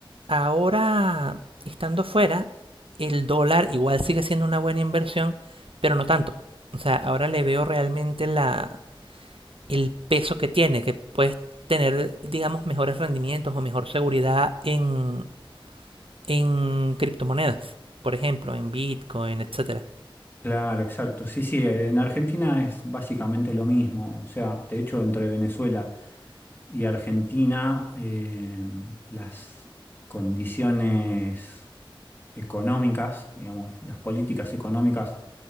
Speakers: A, on the right (about 80°); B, on the left (about 25°).
A: ahora estando fuera, el dólar igual sigue siendo una buena inversión, pero no tanto. O sea, ahora le veo realmente la, el peso que tiene, que puedes tener, digamos, mejores rendimientos o mejor seguridad en, en criptomonedas. Por ejemplo, en Bitcoin, etcétera
B: Claro, exacto. Sí, sí, en Argentina es básicamente lo mismo. O sea, de hecho, entre Venezuela Y Argentina, eh, las condiciones económicas, digamos, las políticas económicas